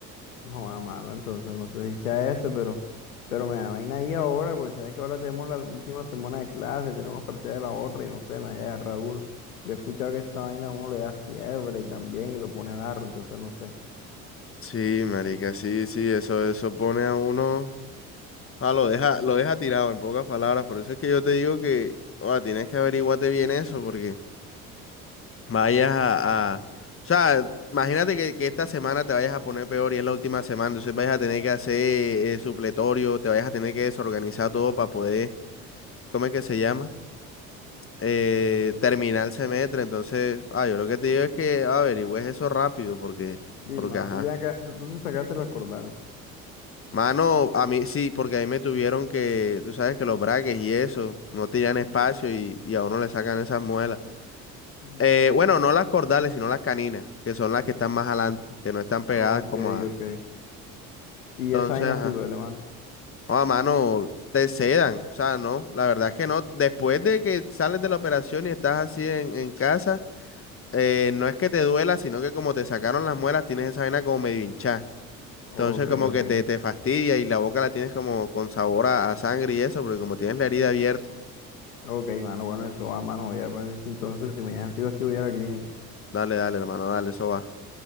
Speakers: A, on the left; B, on the left.
A: No, a mano, entonces no sé si sea ese, pero, pero me da vaina ahí ahora, porque sabes que ahora tenemos la última semana de clase, tenemos parcial de la otra y no sé, me haya agarrado duro. Yo he escuchado que esa vaina a uno le da fiebre y también y lo pone darro, entonces no sé.
B: Sí, marica, sí, sí, eso, eso pone a uno. Ah, lo deja, lo deja tirado en pocas palabras. Por eso es que yo te digo que ah, tienes que averiguarte bien eso, porque vayas a, a- O sea, imagínate que, que esta semana te vayas a poner peor y es la última semana, entonces vayas a tener que hacer eh, supletorio, te vayas a tener que desorganizar todo para poder, ¿cómo es que se llama? Eh,
A: Ujú.
B: terminar el semestre. Entonces, ah, yo lo que te digo es que averigües eso rápido, porque,
A: Sí,
B: porque
A: mano.
B: ajá.
A: Y ven acá, tú, tú te sacaste las cordales.
B: Mano, a mí sí, porque ahí me tuvieron que, tú sabes que los braques y eso, no tenían
A: Ujú.
B: espacio y, y a uno le sacan esas muelas.
A: Mm,
B: Eh, bueno, no las cordales, sino las caninas, que son las que están más adelante, que no están pegadas
A: Ok,
B: como a...
A: ok. Y
B: Entonces,
A: esa vaina
B: ajá.
A: sí duele, mano.
B: No, a mano, te sedan, o sea, no, la verdad es que no. Después de que sales de la operación y estás así en, en casa, eh, no es que te duela, sino que como te sacaron las muelas, tienes esa vaina como medio hinchada.
A: Ok,
B: Entonces como que
A: ok.
B: te, te fastidia y la boca la tienes como con sabor a, a sangre y eso, porque como tienes la herida abierta.
A: Ok, mano, bueno, eso va, mano. Voy a ver si entonces, si mañana sigo así, voy a ir a la clínica.
B: Dale, dale, hermano, dale, eso va.